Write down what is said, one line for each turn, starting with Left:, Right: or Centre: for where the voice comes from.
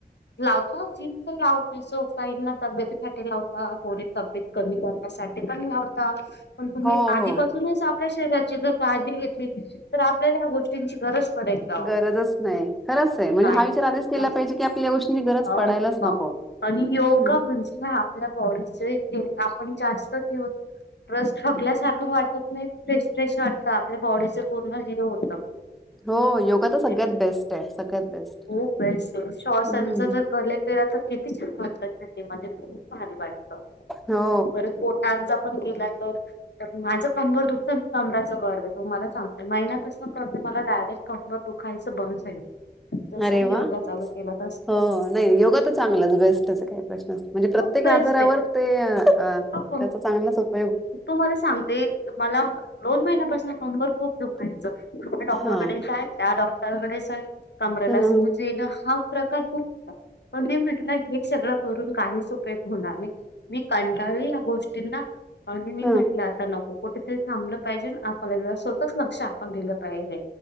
Left: लावतात, जिम पण लावत नाही, <unintelligible> तब्येतीसाठी लावतो हा... पोरी तब्येत कमी करण्यासाठी पण लावता. पण तुम्ही
Centre: हो
Left: आधीपासूनच
Centre: हो
Left: आप आपल्या शरीराची जर काळजी घेतली तर आपल्याला ह्या गोष्टींची गरज पडेल का ओ
Centre: गरजच नाई... खरंच ए. म्हणजे
Left: नाही
Centre: हा विचार आधीच केला
Left: नाही
Centre: पाहिजे, की आपल्यालाया गोष्टीची गरज
Left: अ...
Centre: पडायलाच
Left: <unintelligible>
Centre: नको
Left: आणि योग
Centre: हम्म
Left: म्हणजे ह आपल्या बॉडीचं <unintelligible> आप जास्त दिवस स्ट्रेस टाकल्यास सारखं वाटत नाही.. फ्रेस्ट्रेशन वाटतं, आपल्या बॉडीचं पूर्ण हे होतं
Centre: हो... योगा तर
Left: ते
Centre: सगळ्यात बेस्ट ए... सगळ्यात बेस्ट.
Left: खूप बेस्ट ए... <unintelligible>
Centre: हम्म
Left: जर कलेक्ट ला तर किती छान वाटतं... <unintelligible> खूप भारी वाटतं...
Centre: हो
Left: परत पोटांचा पण केला तर तर माझं कंबर दुखतं... मी कमराचं करते. तो मला सांगतोय. महिन्या पासून करतेय, मला डायरेक्ट <unintelligible> दुखायचं बंद झाली. जस
Centre: अरे
Left: मी
Centre: वा...
Left: योगा चालू केला तस
Centre: हो नाही, योगा तर चांगलाच... बेस्टच ए प्रश्नच... म्हणजे
Left: खूप
Centre: प्रत्येक
Left: बेस्ट
Centre: आजारावर
Left: आहे
Centre: ते..... अ...
Left: हो
Centre: त्याचा चांगलाच उप
Left: तुम्हाला सांगते, मला दोन महिन्यापासनं कंबर खूप दुखायचं ह्या डॉक्टरकडे
Centre: हा
Left: जाय, त्या डॉक्टरकडे जाय, कमरेला
Centre: ह
Left: सूज येणं हा प्रकार खूप होता, पण मी म्हटलं... हे सगळं करून काहीच उपयोग होणार नाई मी कंटाळली या गोष्टींना आणि मी
Centre: हा
Left: म्हटलं तर नको... कुठेतरी थांबलं पाहिजे, आपल्याला स्वतःच लक्ष आपण दिलं पाहिजे